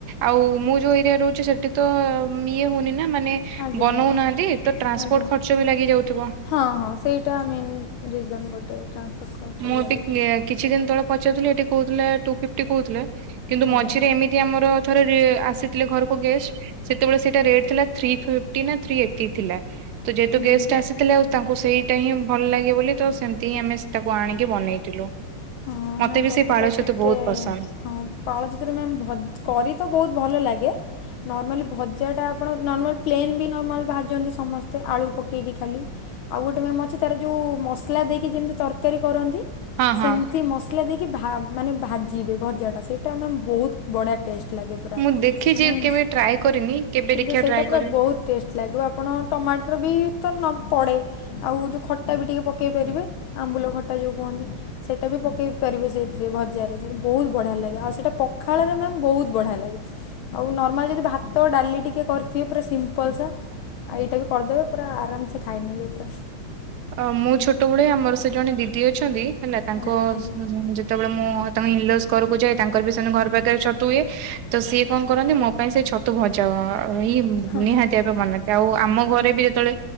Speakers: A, on the right; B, on the left.
A: ଆଉ ମୁଁ ଯୋଉ ଏରିଆ ରହୁଛି ସେଠି ତ ଇଏ ହଉନି ନା। ମାନେ
B: ଆଜ୍ଞା। ଆଜ୍ଞା
A: ବନଉ
B: ଆଜ୍ଞା
A: ନାହାନ୍ତି। ତ ଟ୍ରାନ୍ସପୋର୍ଟ
B: ଆଜ୍ଞା।
A: ଖର୍ଚ୍ଚ ବି ଲାଗି ଯାଉଥିବ।
B: ହଁ ହଁ ସେଇଟା ମେନ୍ ରିଜନ ଗୋଟେ ଟ୍ରାନ୍ସପୋର୍ଟ ଖର୍ଚ୍ଚ
A: ମୁଁ
B: ବି
A: ଏବେ
B: ଲାଗେ।
A: କିଛି ଦିନ ତଳେ ପଚାରୁଥିଲେ ଏଠି କହୁଥିଲେ ଟୁ ଫିପ୍ଟି କହୁଥିଲେ। କିନ୍ତୁ
B: ଆଜ୍ଞା।
A: ମଝିରେ ଏମିତି ଆମର ଥରେ ରେ ଆସିଥିଲେ ଘରକୁ ଗେଷ୍ଟ୍ ସେତେବେଳେ ସେଇଟା ରେଟ ଥିଲା ଥ୍ରୀ ଫିଫ୍ଟୀ ନା ଥ୍ରି ଏଇଟି ଥିଲା। ତ ଯେହେତୁ
B: ହୁଁ।
A: ଗେଷ୍ଟ ଆସିଥିଲେ। ଆଉ ତାଙ୍କୁ ସେଇଟା ହିଁ ଭଲ ଲାଗେ ବୋଲି ତ ସେମିତି ହିଁ ଆମେ ତାକୁ ଆଣିକି ବନେଇଥିଲୁ।
B: ହଁ
A: ମତେ
B: ନାଁ
A: ବି
B: ଛତୁଟା
A: ସେଇ ପାଳ ଛତୁ
B: ଟିକେ
A: ବହୁତ ପସନ୍ଦ
B: ହଁ ପାଳ ଛତୁରେ ମ୍ୟାମ୍ ଭ କରି ତ ବହୁତ ଭଲ ଲାଗେ। ନର୍ମାଲି ଭଜାଟା ଆପଣ ନର୍ମାଲ ପ୍ଲେନ୍ ବି ନର୍ମାଲ୍ ଭାଜନ୍ତି ସମସ୍ତେ ଆଳୁ ପକେଇକି ଖାଲି। ଆଉ ଗୋଟେ ମ୍ୟାମ୍ ଅଛି ତାର ଯେଉଁ ମସଲା ଦେଇକି ଯେମିତି ତରକାରୀ କରନ୍ତି।
A: ହଁ ହଁ।
B: ସେମିତି ମସଲା ଦେଇକି ଭା ମାନେ ଭାଜିବେ ଭଜା ଟା ସେଇଟା ମ୍ୟାମ ବହୁତ ବଢିଆ ଟେଷ୍ଟ। ଲାଗେ ପୁରା
A: ମୁଁ ଦେଖିଛି
B: ମାନେ
A: କେବେ ଟ୍ରାଏ କରିନି କେବେ
B: କିନ୍ତୁ
A: ଦେଖିବା
B: ସେଇଟା
A: ଟ୍ରାଏ
B: ପୁରା
A: କରିବି।
B: ବହୁ ଟେଷ୍ଟ ଲାଗିବ। ଆପଣ ଟମାଟର ବି ତ ନ ପଡେ। ଆଉ ଯୋଉ ଖଟା ବି ଟିକେ ପକେଇ ପାରିବେ। ଆମ୍ବୁଲ ଖଟା ଯୋଉ କୁହନ୍ତି। ସେ ସେଇଟା ବି ପକାଇ ପାରିବେ ସେଇଥିରେ ଭଜାରେ ସେଇଟା ବହୁତ ବଢିଆ ଲାଗେ। ଆଉ ସେଇଟା ପଖାଳରେ ମ୍ୟାମ ବହୁତ ବଢିଆ ଲାଗେ। ଆଉ ନର୍ମାଲ ଯଦି ଭାତ ଡାଲି ଟିକେ କରିଥିବେ। ପୁରା ସିମ୍ପଲସା। ଆଉ ଏଇଟା ବି କରିଦେବେ ପୁରା ଆରାମସେ ଖାଇ ନେବେ ପୁରା।
A: ଅ ମୁଁ ଛୋଟବେଳେ ଆମର ସେ ଜଣେ ଦିଦି ଅଛନ୍ତି। ହେଲା ତାଙ୍କ
B: ଆଜ୍ଞା ଆଜ୍ଞା।
A: ଯେତେବେଳେ ମୁଁ ଇନ୍ ଲଜ ଘରକୁ ଯାଏ। ତାଙ୍କର ବି ସେମିତି ଘର ପାଖରେ ଛତୁ ହୁଏ। ତ ସିଏ କଣ କରନ୍ତି ମୋ ପାଇଁ ସେ ଛତୁ ତୁ ଭଜା ଇଏ
B: ହଁ
A: ନିହାତି
B: ହଁ।
A: ବନାନ୍ତି ଆଉ ଆମ ଘରେ ବି ଯେତେବେଳେ